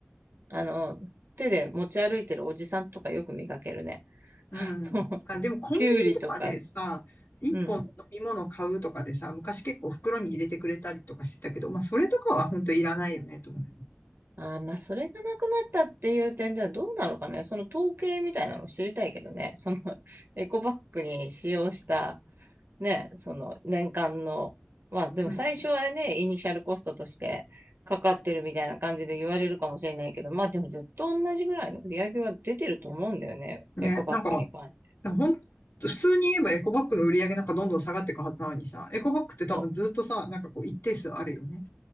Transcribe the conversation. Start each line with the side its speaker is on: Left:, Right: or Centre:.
Right: あの、手で持ち歩いてるおじさんとかよく見かけるね。
Left: うん。
Right: <laughs> そう。
Left: あ、でもコンビニとかでさ、
Right: キュウリとか。
Left: 一本飲み物買うとかでさ、
Right: うん。
Left: 昔結構袋に入れてくれたりとかしてたけど、まあそれとかは本当いらないよね、と思うよね。
Right: ああ、まあ、それがなくなったっていう点ではどうなのかね。その統計みたいなの知りたいけどね。その <laughs> エコバッグに使用したね、その年間の、まあでも最初はね、
Left: うん
Right: イニシャルコストとしてかかってるみたいな感じで言われるかもしれないけど、まあでもずっと同じぐらいの売り上げは出てると思うんだよね。
Left: ね、
Right: エコバッグに関して。
Left: なんか、ほん、普通に言えばエコバッグの売り上げなんかどんどん下がっていくはずなのにさ、エコバッグって多分ずっとさ、
Right: そう
Left: なんかこう一定数あるよね。